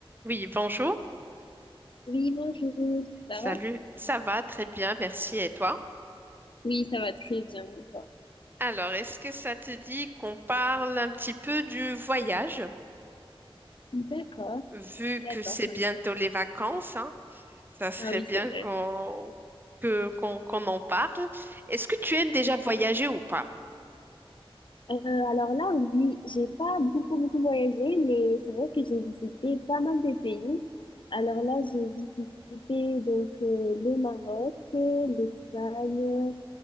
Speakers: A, on the right; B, on the left.
A: Oui, bonjour.
B: Oui, bonjour, ça
A: Salut.
B: va?
A: Ça va très bien, merci. Et toi?
B: Oui, ça va très bien, et toi?
A: Alors, est-ce que ça te dit qu'on parle un petit peu du voyage?
B: D'accord,
A: Vu
B: d'accord,
A: que c'est
B: ça
A: bientôt
B: me
A: les vacances, hein, ça serait
B: Ah oui,
A: bien
B: c'est vrai.
A: qu'on que, qu'on, qu'on en parle. Est-ce que tu aimes déjà
B: Mhm.
A: voyager ou pas?
B: Euh, alors là, oui, j'ai pas beaucoup, beaucoup voyagé, mais c'est vrai que j'ai visité pas mal de pays. Alors là, j'ai visité donc euh, le Maroc, l'Espagne,